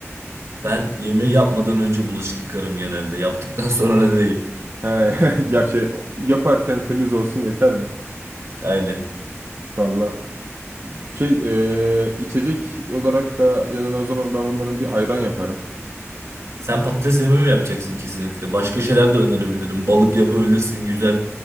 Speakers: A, on the right (about 75°); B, on the right (about 55°).
A: Ben yemeği yapmadan önce bulaşık yıkarım genelde. Yaptıktan sonra da değil.
B: He, <laughs> ya şey yaparken temiz olsun yeter mi?
A: Aynen.
B: Valla şey eee, içecek olarak da yanına o zaman ben bunların bir ayran yaparım.
A: Sen patates yememi mi yapacaksın kesinlikle? Başka şeyler de önerebilirim. Balık yapabilirsin güzel.